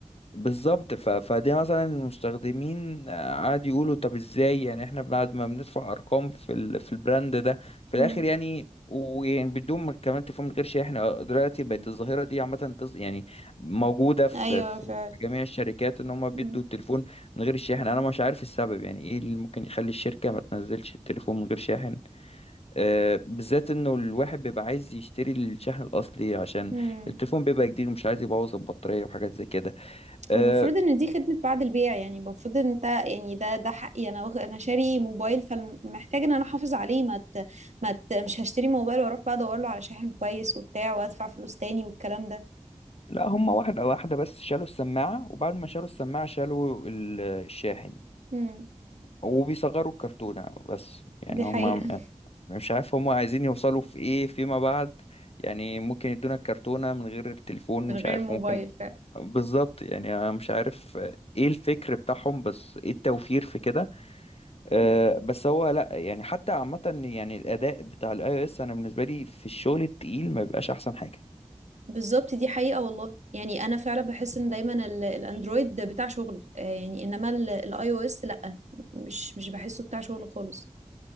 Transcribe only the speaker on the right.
مم.
مم.
ايوه
فعلا
مم.
مم.
والمفروض ان دي خدمة بعد البيع يعني المفروض ان انت يعني ده ده حقي انا واخد انا شاري موبايل فمحتاج ان انا احافظ عليه ما ت... ما ت... مش هشتري موبايل واروح بقى ادور له على شاحن كويس وبتاع وادفع فلوس تاني والكلام ده
مم.
دي
حقيقة <laughs>
من
غير
موبايل
فعلا
مم.
بالظبط دي حقيقة والله يعني انا فعلا بحس ان دايما ال... الاندرويد بتاع شغل آه، يعني انما الاي او اس لا مش مش بحسه بتاع شغل خالص